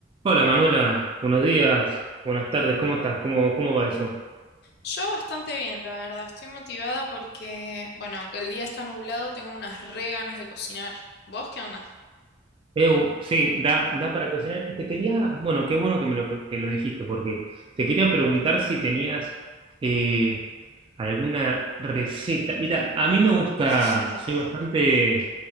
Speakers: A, on the right; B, on the left.
A: Hola Manuela, buenos días, buenas tardes, ¿cómo estás? ¿Cómo, cómo va eso?
B: Yo bastante bien, la verdad. Estoy motivada porque, bueno, aunque el día está nublado, tengo unas re ganas de cocinar. ¿Vos qué onda?
A: Eu, sí, da, da para cocinar. Y te quería, bueno, qué bueno que me lo, que lo dijiste, porque te quería preguntar si tenías eh, alguna receta. Mira, a mí me gusta,
B: <laughs>
A: soy bastante